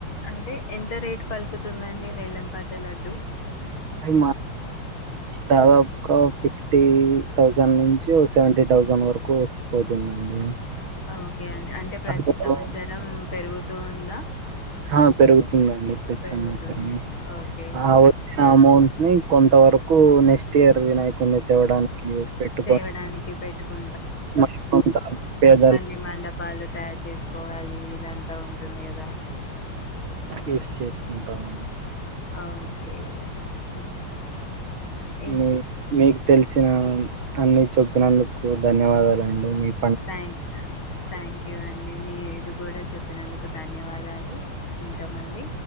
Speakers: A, on the left (about 80°); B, on the right (about 80°).
A: అంటే ఎంత రేట్ పలుకుతుందం ఈ వేలంపాట లడ్డూ
B: అంటే మా దాదాపుగా ఒక ఫిఫ్టీ థౌజండ్ నుంచి ఓ సెవెంటీ థౌజండ్ వరకు వస్తుపోతుందండి.
A: ఆ ఓకే అండి అంటే ప్రతి
B: అందులో
A: సంవత్సరం పెరుగు తోందా
B: ఆ పెరుగుతుందండి ప్రతి
A: పెరుగుతుంది
B: సంవత్సరం
A: ఓకే
B: ఆ వచ్చిన అమౌం హ్మ్ కొంత వరకు నెక్స్ట్ ఇయర్ వినాయకుడిని తేవడానికి పెట్టుకొని
A: తేవడానికి పెట్టు
B: మరి కొంత పేదలు
A: మళ్ళీ మండపాలు తయారు చేసుకు కోవాలి ఇదంతా ఉంటుంది కదా
B: యూజ్ చేస్తుంటాము
A: ఓకే మ్మ్ ఇం
B: మీ మీ తెలిసిన అన్ని చెప్పినందుకు ధన్యవాదాలండి మీకు.
A: థేంక్ థ్యాంక్ యూ అం మీ మీది కూడా చెప్పినందుకు ధన్యవాదాలు. ఉంటామండి.